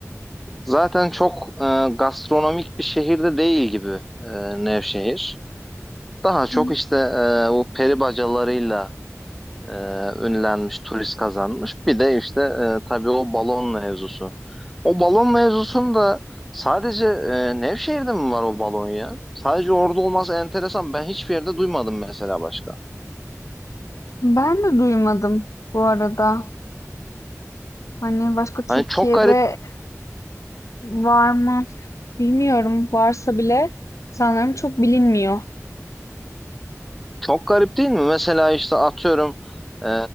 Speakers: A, in the centre; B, on the left.
A: zaten çok e, gastronomik bir şehirde değil gibi e, Nevşehir. Daha çok
B: Hı.
A: işte e, o peri bacalarıyla e, ünlenmiş, turist kazanmış. Bir de işte e, tabii o balon mevzusu. O balon mevzusunda sadece e, Nevşehir'de mi var o balon ya? Sadece orada olması enteresan. Ben hiçbir yerde duymadım mesela başka.
B: Ben de duymadım bu arada. Hani başka Türkiye'de
A: Hani çok garip.
B: var mı bilmiyorum. Varsa bile sanırım çok bilinmiyor.
A: Çok garip değil mi? Mesela işte atıyorum e,